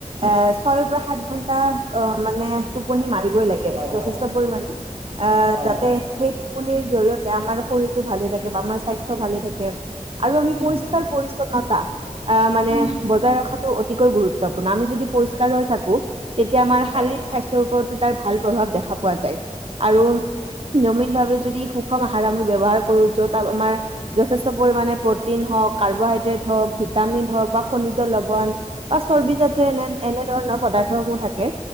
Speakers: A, on the right; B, on the right.
A: এ ছয়ৰ পৰা সাত ঘন্টা অ মানে টোপনি মাৰিবই লাগে
B: হয় হয়
A: যথেষ্ট পৰিমাণে আহ
B: হয়
A: যাতে
B: হয়
A: সেই টোপনিৰ জৰিয়তে আমাৰ শৰীৰটো ভালে থাকে বা আমাৰ স্বাস্থ্য ভালে থাকে। আৰু আমি
B: উম,
A: পৰিষ্কাৰ
B: উম,
A: পৰিছন্নতা আহ মানে
B: উম,
A: বজাই ৰখাটো অতিকৈ গুৰুত্বপূৰ্ণ আমি যদি পৰিষ্কাৰ হৈ থাকো তেতিয়া আমাৰ
B: হয়,
A: শাৰীৰিক স্বাস্থ্যৰ ওপৰতো তাৰ ভাল প্ৰভাৱ দেখা পোৱা যায়, আৰু নিয়মিত ভাৱে যদি সুষম আহাৰ আমি ব্যৱহাৰ কৰোঁ য'ত আমাৰ যথেষ্ট পৰিমাণে প্ৰটিন হওঁক কাৰ্বহাইড্ৰেট হওঁক ভিটামিন হওঁক বা খনিজ লৱন বা চৰ্বি
B: উম, উম,
A: জাতীয়
B: উম।
A: এনে এনে ধৰণৰ পদাৰ্থসমূহ থাকে